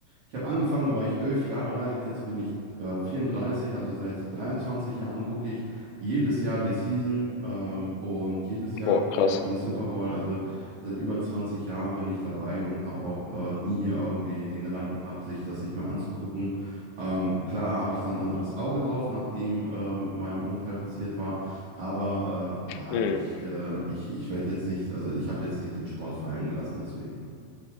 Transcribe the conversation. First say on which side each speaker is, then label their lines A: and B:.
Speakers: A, on the right (about 55°); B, on the left (about 85°).
A: ich habe angefangen, da war ich elf Jahre alt, jetzt bin ich äh, 34, also seit 23 Jahren gucke ich jedes Jahr die Season ähm, und jedes Jahr
B: Boah,
A: gucke
B: krass.
A: ich auch den Super Bowl. Also seit über 20 Jahren bin ich dabei und habe auch äh, nie irgendwie den Gedanken gehabt, sich das nicht mehr anzugucken. Ähm, klar habe ich da ein anderes Auge drauf, nachdem ähm, meinem Unfall passiert war. Aber äh, ja,
B: Mhm.
A: ich, äh, ich, ich werde jetzt nicht, also ich habe jetzt nicht den Sport fallen gelassen, deswegen.